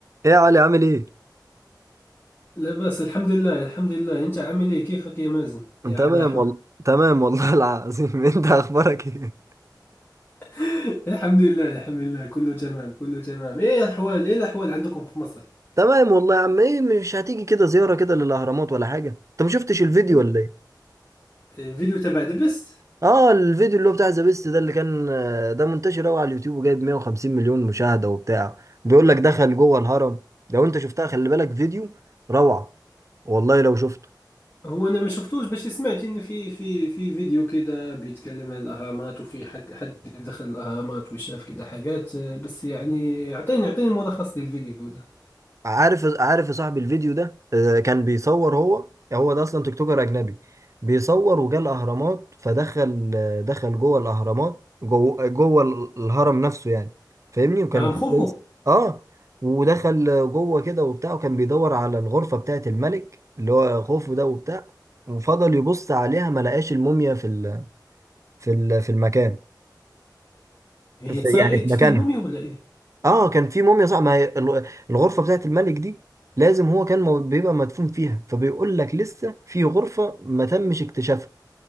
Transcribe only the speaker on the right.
ايه يا علي عامل ايه؟
أنا
تمام
والله تمام والله العظيم <laughs> انت اخبارك ايه؟
تمام والله يا عم ايه مش هتيجي كده زيارة كده للاهرامات ولا حاجة؟ انت ما شفتش الفيديو
ولا ايه؟
اه الفيديو اللي هو بتاع ذا بيست ده اللي كان آه، ده منتشر قوي على اليوتيوب وجايب 150 مليون مشاهدة وبتاع بيقول لك دخل جوه الهرم لو انت شفتها خلي بالك فيديو روعة والله لو شفته
عارف عارف يا صاحبي الفيديو ده آه، كان بيصور هو هو ده اصلا تيك توكر اجنبي بيصور وجا الاهرامات فدخل آه، دخل جوه الاهرامات جوه جوه ال- الهرم نفسه يعني فاهمني وكان
في زي اه ودخل آه، جوه كده وبتاع وكان بيدور على الغرفه بتاعه الملك اللي هو خوفو ده وبتاع وفضل يبص عليها ما لقاش الموميا في ال... في ال... في المكان
في
يعني في مكانها
اه كان في موميا صح ما هي ال- الغرفه بتاعت الملك دي لازم هو كان مو- بيبقى مدفون فيها فبيقول لك لسه في غرفه ما تمش اكتشافها